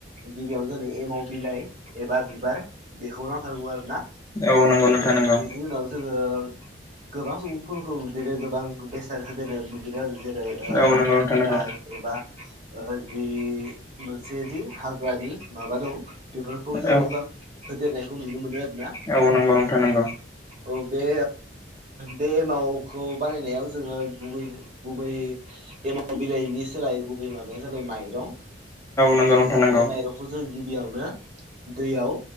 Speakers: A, on the right; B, on the left.
A: गिबियावनो जोंनो एमाव बिलाइ एबा बिबार बेखौ नांथारगौ आरो ना
B: औ नंगौ नोंथां
A: ओ औ
B: नंगौ
A: बेनि उनाव जोङो गोबां सुबुंफोरखौ बिदिनो गोबां बेसाद होदेरो नुुबोदों आरो जेनेबा जेरै
B: औ
A: खान्थाल
B: नंगौ नोंथां
A: बिलाइ
B: नंगौ
A: एबा ओ जि मोनसे जि हाग्रानि माबा दं बेफोरखौ जोङो
B: औ
A: गोबां होदेरनायखौ नुनो मोनो आरो ना
B: औ नंगौ नोंथां नंगौ
A: औ बे बे एमावखौ बानायनायाव जोङो गुबै गुबै एमाव बिलाइनि सायाव सोलाय गुबै माबायानो जाबाय माइं औ
B: नंगौ नोंथां नंगौ
A: बे माइरंखौ जोङो गिबियावनो दैयाव